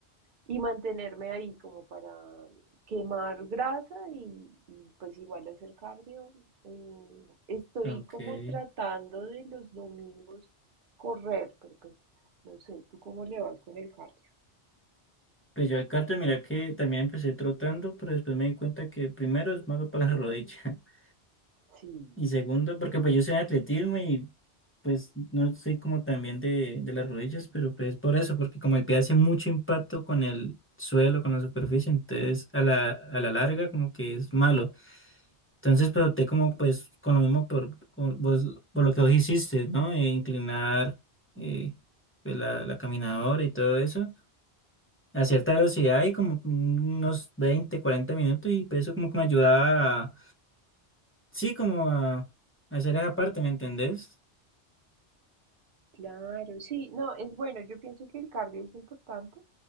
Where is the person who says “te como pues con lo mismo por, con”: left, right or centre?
Left